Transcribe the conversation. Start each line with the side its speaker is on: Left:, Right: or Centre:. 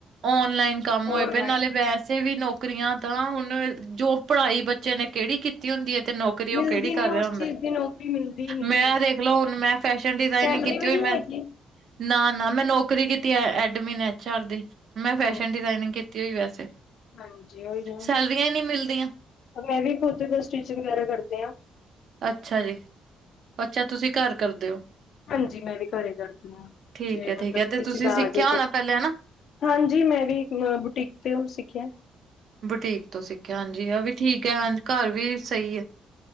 Right: ਔਨਲਾਈਨ ਕੰਮ ਹੋਏ
Left: ਔਨਲਾਈਨ
Right: ਪਏ ਨਾਲੇ ਵੈਸੇ ਵੀ ਨੌਕਰੀ। ਨੌਕਰੀਆਂ ਤਾਂ ਹੁਣ ਜੋ ਪੜ੍ਹਾਈ ਬੱਚੇ ਨੇ ਕਿਹੜੀ ਕੀਤੀ ਹੁੰਦੀ ਹੈ ਅਤੇ ਨੌਕਰੀ। ਨਰੀ
Left: ਮਿਲਦੀ
Right: ਉਹ ਕਿਹੜੀ
Left: ਨੀ
Right: ਕਰ
Left: ਉਸ
Right: ਰਿਹਾ ਹੁੰਦਾ
Left: ਚੀਜ਼ ਦੀ ਨੌਕਰੀ ਮਿਲਦੀ ਨੀ।
Right: ਮੈਂ ਦੇਖਲ ਹੁਣ ਮੈਂ ਫੈਸ਼ਨ ਡਿਜ਼ਾਇਨਿੰਗ
Left: ਸੈਲਰੀ
Right: ਕੀਤੀ
Left: ਵੀ
Right: ਹੋਈ
Left: ਨੀ
Right: ਮੈਂ।
Left: ਹੈਗੀ
Right: ਨਾ ਨਾ ਮੈਂ ਨੌਕਰੀ ਕੀਤੀ ਐ ਐਡਮੀਨ ਐਚ ਆਰ ਦੀ। ਮੈਂ ਫੈਸ਼ਨ
Left: ਹਾਂਜੀ।
Right: ਡਿਜ਼ਾਇਨਿੰਗ ਕੀਤੀ ਹੋਈ ਵੈਸੇ
Left: ਹਾਂਜੀ ਉਹੀ ਨਾ
Right: ਸੈਲਰੀਆਂ ਹੀ ਨਹੀਂ ਮਿਲਦੀਆਂ।
Left: ਮੈਂ ਵੀ ਖੁਦ ਦਾ ਸਟੀਚਿੰਗ ਵਗੈਰਾ ਕਰਦੀ ਹਾਂ।
Right: ਅੱਛਾ ਜੀ' ਅੱਛਾ ਤੁਸੀਂ ਘਰ ਕਰਦੇ ਹੋ।
Left: ਹਾਂਜੀ ਮੈਂ ਵੀ ਘਰੇ ਕਰਦੀ ਹਾਂ।
Right: ਠੀਕ
Left: ਜੇ
Right: ਐ ਠੀਕ
Left: ਮਤਲਬੇ
Right: ਐ ਤੇ ਤੁਸੀਂ
Left: ਦਾ
Right: ਸਿੱਖਿਆ
Left: ਆਜ
Right: ਹੋਣਾ ਪਹਿਲੇ ਹਨਾ,
Left: ਹਾਂਜੀ ਮੈਂ ਵੀ ਬੁਟੀਕ ਤੇ ਉਹ ਸਿੱਖਿਆ।
Right: ਬੁਟੀਕ ਤੋਂ ਸਿੱਖਿਆ ਹਾਂਜੀ ਆ ਵੀ ਠੀਕ ਹੈ ਹਾਂ ਘਰ ਵੀ ਸਹੀ ਹੈ।